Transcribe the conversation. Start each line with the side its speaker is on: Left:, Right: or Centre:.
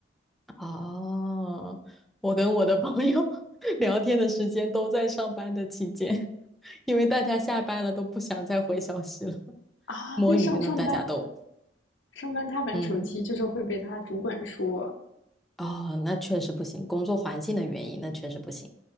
Centre: 哦，我跟我的朋友 <laughs> 聊天的时间都在上班的期间，<laughs> 因为大家下班了都不想再回消息了，
Left: 啊。
Centre: 摸鱼呢，
Left: 对，上上班
Centre: 大家都，
Left: 上班他玩手机，
Centre: 嗯，
Left: 就是会被他主管说，
Centre: 哦，那确实不行，工作环境的原因，那确实不行，